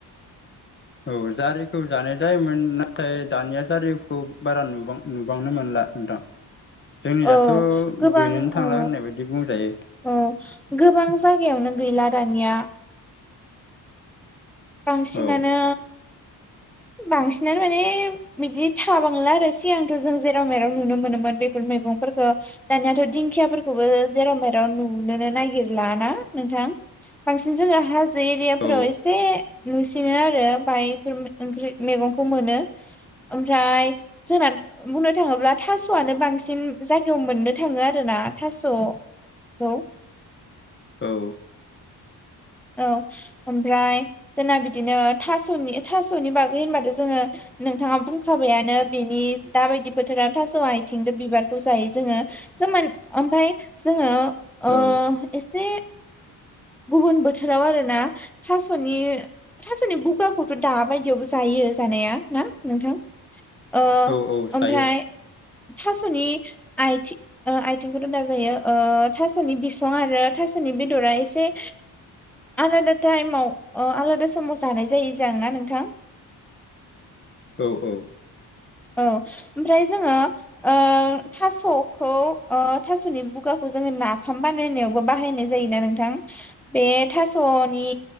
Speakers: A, on the left (about 25°); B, in the centre.
A: औ जारिखौ जानाय जा जायोमोन नाथाय दानिया जारिखौ बारा नुबां नुबांनो मोनला नोंथां जोंनियावथ'
B: औ गोबां
A: गैयनोनो थांला
B: औ
A: होननाय बायदि बुंजायो
B: औ गोबां जायगायावनो गैला दानिया बांसिनानो
A: औ
B: बांसिनानो माने बिदि थाबांला आरो सिगांथ' जों जेराव मेराव नुनो मोनोमोन बेफोर मैगंफोरखौ दानियाथ' दिंखियाफोरखौबो जेराव मेराव नुुनोनो नागिरला ना नोंथां बांसिन जोङो हाजो एरियाफोराव
A: औ
B: एसे नुसिनो आरो बायफोर ओंख्रि मैगंखौ मोनो ओमफ्राय जोंना बुंनो थाङोब्ला थास'आनो बांसिन जायगायाव मोननो थाङो आरोना थास' खौ
A: औ
B: औ ओमफ्राय जोंना बिदिनो थास'नि थास'नि बागै होनबाथ' जोङो नोंथाङा बुंखाबायानो बिनि दाबायदि बोथोरा थास' आइथिंजों बिबारखौ जायो जोङो ओमफ्राय जोङो ओ
A: औ
B: एसे गुबुन बो बोथोराव आरोना थास'नि थास'नि बुगाखौथ' दाबायदियावबो जायो जानाया ना नोंथां ओ
A: औ औ
B: ओमफ्राय
A: जायो
B: थास'नि आथि आथिंखौथ दा जायो थास'नि बिसं आरो थास' थास 'नि बेदरा एसे आलादा टाइमाव आलादा समाव जानाय जायो जों ना नोंथां <inaudible>
A: औ औ
B: औ ओमफ्राय जोङो ओ थास'खौ थास'नि बुगाखौ जोङो नाफाम बानायनायावबो बाहायनाय जायोना नोंथां बे थास'नि